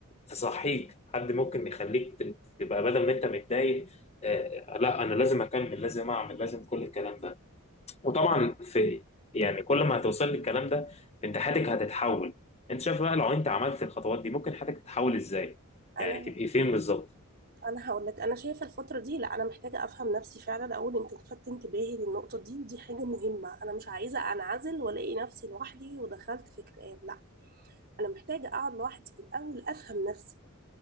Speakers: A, on the left; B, on the right.
A: تصحيك حد ممكن يخليك ت- تبقى بدل ما انت متضايق آه، لا انا لازم اكمل لازم اعمل لازم كل الكلام ده وطبعا في يعني كل ما هتوصل للكلام ده انت حياتك هتتحول انت شايف بقى لو انت عملت الخطوات دي ممكن حياتك تتحول ازاي
B: انا
A: يعني تبقي فين بالظبط
B: انا هقول لك انا شايفه الفتره دي لا انا محتاجه افهم نفسي فعلا اقول انت لفتت انتباهي للنقطه دي ودي حاجه مهمه انا مش عايزه انعزل والاقي نفسي لوحدي ودخلت في اكتئاب لا انا محتاجه اقعد لوحدي في الاول افهم نفسي